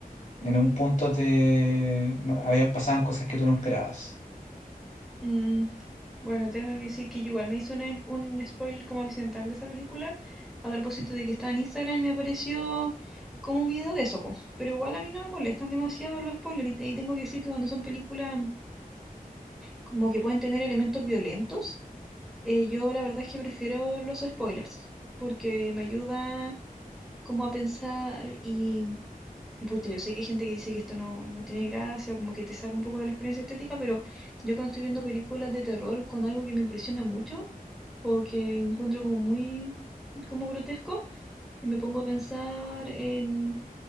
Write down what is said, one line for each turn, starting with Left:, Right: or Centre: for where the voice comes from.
Left: en un punto te no- habían pasaban cosas que tú no esperabas.
Centre: Mm, bueno, tengo que decir que yo igual me hizo un, es- un spoiler como accidental de esa película, a propósito de que estaba en Instagram y me apareció como un video de eso, po. Pero igual a mí no me molestan demasiado los spoilers, y, te- y tengo que decir que cuando son películas como que pueden tener elementos violentos, eh, yo la verdad es que prefiero los spoilers, porque me ayuda como a pensar y, y pucha, yo sé que hay gente que dice que esto no, no tiene gracia, como que te saca un poco de la experiencia estética, pero yo cuando estoy viendo películas de terror con algo que me impresiona mucho o que encuentro como muy como grotesco y me pongo a pensar en,